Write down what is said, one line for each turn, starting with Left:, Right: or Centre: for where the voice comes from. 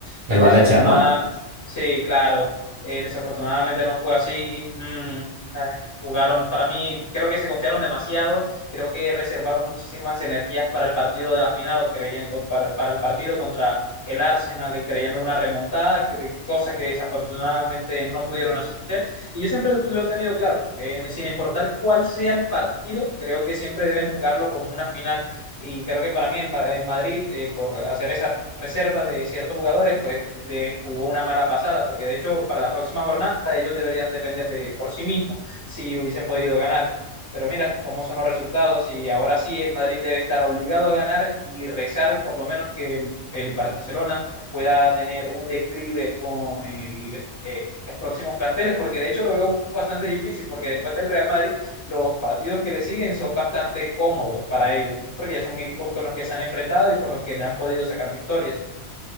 Left: Eh,
Right: El Valencia,
Left: desafortunadamente,
Right: ¿no?
Left: sí, claro, eh, desafortunadamente no fue así. Mm, ay, jugaron, para mí, creo que se confiaron demasiado, creo que reservaron muchísimas energías para el partido de la final o creían, o para, para el partido contra el Arsenal y creyendo una remontada, que- cosa que desafortunadamente no pudieron hacer. Y yo siempre lo he tenido claro, que ni- sin importar cuál sea el partido, creo que siempre deben jugarlo como una final. Y creo que para mí el, pa- el Madrid, eh, por hacer esa reserva de ciertos jugadores, pues eh, jugó una mala pasada, porque de hecho para la próxima jornada ellos deberían depender de por sí mismos si hubiesen podido ganar. Pero mira cómo son los resultados y ahora sí el Madrid debe estar obligado a ganar y rezar por lo menos que el Barcelona pueda tener un declive con el, eh, los próximos planteles, porque de hecho lo veo bastante difícil, porque después del Real Madrid los partidos que le siguen son bastante cómodos para ellos, porque ya son equipos con los que se han enfrentado y con los que le han podido sacar victorias.